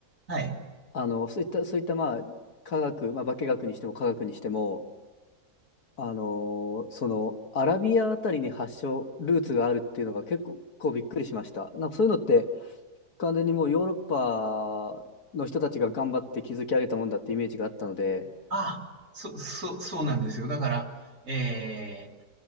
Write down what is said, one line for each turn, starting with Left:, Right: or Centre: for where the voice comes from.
Right: はい。
Left: あの、そういった、そういった、まあ、科学、まあ、化学にしても科学にしても、あのーその、アラビアあたりに発祥、ルーツがあるっていうのが結構、こうびっくりしました。なんかそういうのって、完全にもうヨーロッパの人たちが頑張って築き上げたもんだってイメージがあったので、
Right: ああ、そ、そ、そうなんですよ。だから、えー